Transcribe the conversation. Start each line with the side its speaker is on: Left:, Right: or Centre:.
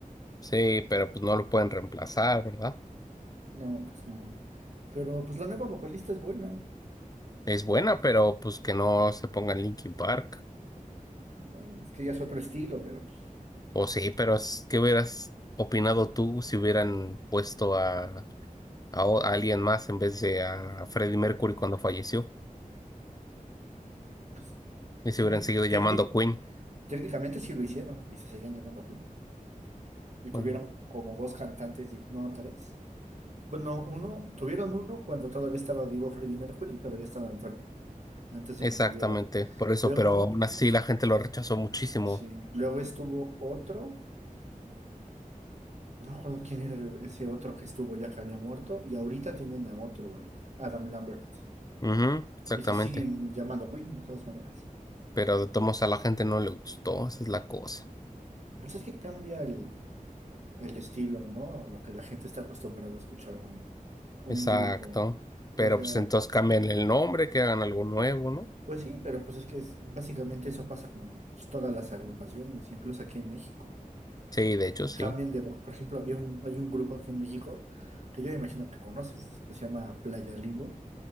Left: Sí, pero pues no lo pueden reemplazar, ¿verdad?
Right: No, pues no. Pero pues la nueva vocalista es buena.
Left: Es buena, pero pues que no se pongan Linkin Park.
Right: Bueno, es que ya es otro estilo, pero pues,
Left: O sí, pero es- ¿qué hubieras opinado tú si hubieran puesto a, a o- a alguien más en vez de a Freddie Mercury cuando falleció?
Right: pues, pues
Left: Y se
Right: técnic-
Left: hubieran seguido llamando
Right: técnic-
Left: Queen.
Right: técnicamente sí lo hicieron y se seguían llamando a Y tuvieron
Left: Bueno,
Right: como dos cantantes, y- no, tres. Bueno, uno, tuvieron uno cuando todavía estaba vivo Freddie Mercury, pero ya estaba enfermo, antes de
Left: Exactamente,
Right: que muriera.
Left: por eso,
Right: Luego,
Left: pero aún así la gente lo rechazó muchísimo.
Right: sí, luego estuvo otro, no me acuerdo quién era el- ese otro que estuvo ya que había muerto, y ahorita tienen a otro, al Adam Lambert,
Left: Ujú, exactamente.
Right: y se siguen llamando Queen, de todas maneras.
Left: Pero de todos modos a la gente no le gustó, esa es la cosa.
Right: Pues es que cambia el, el estilo, ¿no? A Lo que la gente está acostumbrada a escuchar un, un
Left: Exacto.
Right: grupo.
Left: Pero
Right: O sea,
Left: pues entonces cambien el nombre, que hagan algo nuevo, ¿no?
Right: Pues sí, pero pues es que es- básicamente eso pasa con pues, todas las agrupaciones, incluso aquí en México.
Left: Sí, de hecho, sí.
Right: Cambian de voz. Por ejemplo, había un, hay un grupo aquí en México que yo imagino que conoces, que se llama Playa Limbo.